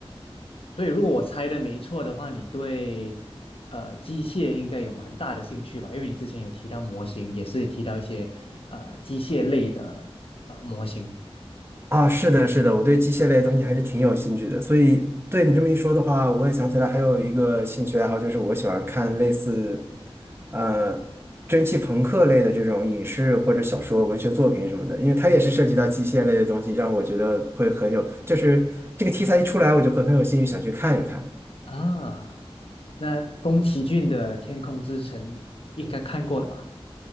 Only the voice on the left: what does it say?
所以如果我猜的没错的话，你对呃机械应该有蛮大的兴趣吧？因为你之前有提到模型，也是提到一些呃机械类的呃模型
啊。那宫崎骏的《天空之城》应该看过了吧？